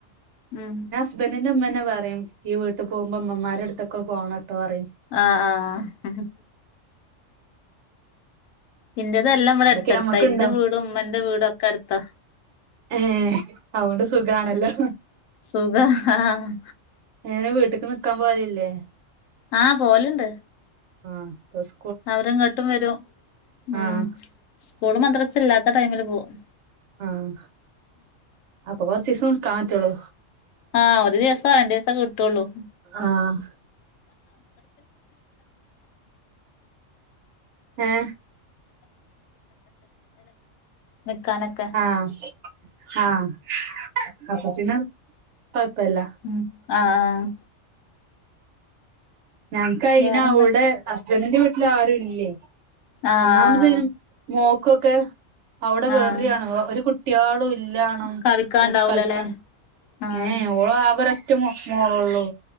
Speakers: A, on the left; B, on the right.
A: ഉം.
B: ഹസ്ബന്ഡറിന്റെ ഉമ്മന്നെ പറിം ഈ വീട്ട് പോകുമ്പോ ഇമ്മമാരെടുത്തൊക്കെ പോണംട്ടോറിം.
A: ആഹ് ആഹ്. ഇൻന്റെതെല്ലാം ഇവെടെ
B: ഓലൊക്കെ
A: അടുത്ത്ടുത്താ.
B: നമ്മക്ക്ണ്ടാവും
A: ഇന്റെ വീടും ഇമ്മന്റെ വീടും ഒക്കെ അടുത്താ.
B: ഏഹ് അതോണ്ട് സുഖാണല്ലോ.
A: ഉം സുഖാ ആഹ്
B: എങ്ങനെ. വീട്ട്ക്ക് നിക്കാൻ പോകലില്ലേ.
A: ആഹ് പോവല്ണ്ട്.
B: ആഹ് പസ്
A: അവര് ഇങ്ങോട്ടും വരും. ഉം
B: ആഹ്
A: സ്കൂളും മദ്രസു ഇല്ലാത്ത ടൈമില് പോവും.
B: ആഹ് അപ്പൊ കൊറ്ച്ചെസം നിക്കാൻ പറ്റൊള്ളു.
A: ആഹ്. ഒരു ദിവസം. രണ്ടീസൊക്കെ കിട്ടുള്ളൂ.
B: ആഹ് ഏഹ്.
A: നിക്കാനൊ.
B: ആഹ് ആഹ് അപ്പ പിന്നെ കൊഴപ്പല്ല.
A: ഉം ആഹ് ആഹ്.
B: ഞങ്ങക്ക് അയിന്
A: വേറെന്തൊക്കെ
B: അവിടെ ഹസ്ബന്റി ന്റെ വീട്ടിൽ ആരുല്ലെ
A: ആഹ്
B: ഒന്നാമത്. മോക്കൊക്കെ അവിടെ വെറി
A: ആഹ്
B: ആണ് ഒരു കുട്. കുട്ട്യേളും ഇല്ലാണും.
A: കളിക്കാണ്ടാവൂലല്ലേ
B: ഓക്ക് കളിക്കാൻ.
A: ആഹ്
B: ഏ ഏ ഓള് ആകെരൊറ്റ മോള് ഒള്ളു.